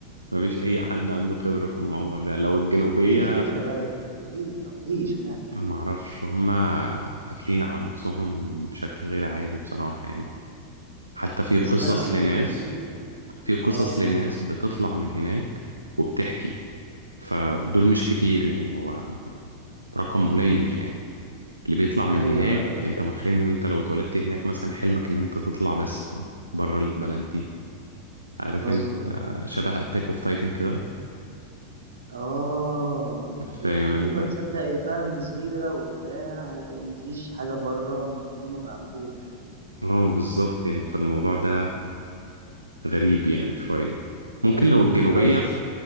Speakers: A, on the right; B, on the right.
A: مفيش اي حد عنده خبرة في الموضوع ده لو الجنوبية
B: ايه الفكرة بقى يا زميلي ليه طب ليه اشمعنى
A: معرفش هما قافلين على نفسهم بشكل غير عادي بصراحة يعني حتى في
B: بس
A: قصص
B: انا على فكرة
A: لناس
B: بشوف
A: في قصص
B: اه
A: لناس بتطلع من هناك وبتحكي فدول مش كتير يعني هو رقم قليل يعني اللي بيطلع من
B: ايوه
A: هناك
B: ايوه
A: انت متخيل ان انت لو اتولدت هناك مثلا حلمك ان انت تطلع بس بره البلد دي عارف
B: بتهزر
A: انت آه، شبه اتاك اوف تايتن كده
B: اه
A: فاهم انت
B: ايوه تصدق هي فعلا جزيرة وبتاع ومفيش حاجة بره المفروض ان هم ما يعرفوش
A: اه بالظبط يعني فالموضوع ده غريب يعني شوية ممكن
B: ايوه
A: لو الجنوبية
B: ايه رايك
A: ف-